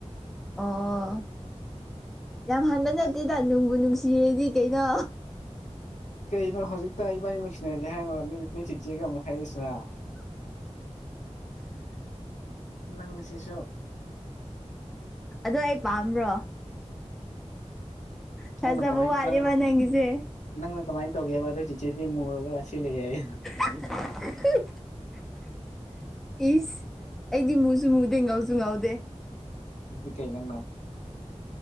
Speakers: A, in the centre; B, on the left.
A: ꯑꯣ ꯌꯥꯝ ꯍꯥꯟꯕ ꯅꯠꯇꯦꯗ
B: ꯑ
A: ꯅꯨꯡꯕꯨ ꯅꯨꯡꯁꯤ ꯁꯤꯔꯦꯗꯤ ꯀꯩꯅꯣ
B: ꯀꯩꯅꯣ ꯍꯧꯖꯤꯛꯇ ꯏꯕꯥꯅꯤ ꯅꯨꯡꯁꯤꯅꯔꯒꯦ ꯍꯥꯏꯔꯅꯣꯠ ꯅꯣꯏ ꯅꯣꯏ ꯆꯤꯆꯦꯒ ꯍꯥꯏꯔꯛꯏꯁꯤꯅ ꯅꯪꯁꯤꯁꯨ
A: ꯑꯣ ꯑꯩ ꯄꯥꯝꯕ꯭ꯔꯣ ꯊꯥꯖꯕ
B: ꯅꯪꯅ ꯀꯃꯥꯏꯅ
A: ꯋꯥꯠꯂꯤꯕ
B: ꯅꯪ
A: ꯅꯪꯒꯤꯁꯦ
B: ꯅꯪꯅ ꯀꯃꯥꯏꯅ ꯇꯧꯒꯦꯕ ꯑꯗꯨ ꯆꯤꯆꯦꯗꯤ ꯃꯨꯔꯒ ꯑꯁꯤ ꯂꯩ ꯍꯥꯏꯌꯦ
A: <unintelligible> ꯏꯁ ꯑꯩꯗꯤ ꯃꯨꯁꯨ ꯃꯨꯗꯦ ꯉꯥꯎꯁꯨ ꯉꯥꯎꯗꯦ
B: ꯏ ꯀꯩ ꯅꯪꯅ